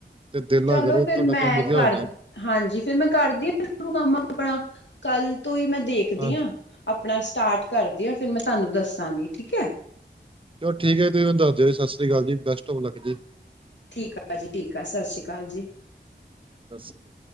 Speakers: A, on the right; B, on the left.
A: ਤੇ ਦਿਲ
B: ਚਲੋ
A: ਨਾਲ ਕਰੋ,
B: ਫਿਰ
A: ਤੁਹਾਡਾ
B: ਮੈਂ
A: ਕੰਮ ਵਧੀਆ
B: ਕਰ
A: ਹੋ ਜਾਣਾ।
B: ਹਾਂਜੀ। ਫੇਰ ਮੈਂ ਕਰਦੀ ਹ ਸ਼ੁਰੂ ਕੰਮ ਆਪਣਾ। ਕੱਲ ਤੋਂ ਹੀ ਮੈਂ ਦੇਖਦੀ
A: ਹਾਂਜੀ
B: ਹਾਂ। ਆਪਣਾ ਸਟਾਰਟ ਕਰਦੀ ਹਾਂ ਫੇਰ ਮੈਂ ਤੁਹਾਨੂੰ ਦੱਸਾਂਗੀ ਠੀਕ ਹੈ।
A: ਜੋ ਠੀਕ ਹੈ ਤੁਸੀਂ ਦੱਸ ਦਿਓ ਜੀ, ਸਤ ਸ੍ਰੀ ਅਕਾਲ ਜੀ, ਬਸਟ ਹੋਫ ਲੱਕ ਜੀ।
B: ਠੀਕ ਆ ਪਾਜੀ ਠੀਕ ਆ ਸਤਿ ਸ਼੍ਰੀ ਅਕਾਲ ਜੀ।
A: ਸਤਿ ਸ਼੍ਰੀ ਅਕਾਲ।